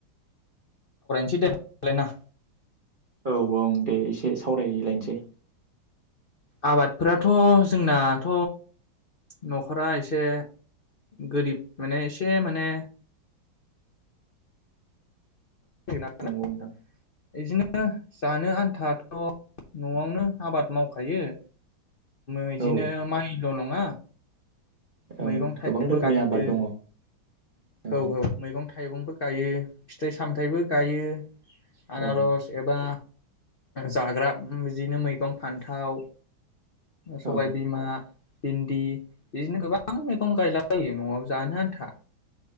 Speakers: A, on the left (about 60°); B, on the right (about 45°).
A: सै दे होबालाय ना
B: औ ओं दे एसे सावरायलायनोसै ।
A: आबादफोराथ' जोंनाथ' न'खरा एसे गोरिब माने एसे माने <unintelligible>
B: नंगौ नोंथां
A: इदिनो जानो आन्थाथ' न'आवनो आबाद मावखायो । बिदिनो
B: औ
A: माइ ल नङा
B: ओं
A: मैगं थाइगंबो
B: गोबां रोखोमनि
A: गायो
B: आबाद दङ ओं
A: औ औ मैगं थाइगंबो । गायो फिथाइ सा सामथाइबो गायो। आनारस
B: ओं
A: एबा जाग्रा बिदिनो मैगं फान्थाव सबाय
B: औ
A: बिमा, बिन्दि बिदिनो गोबां मैगं गायलाबायो न'वाव जानो आन्था।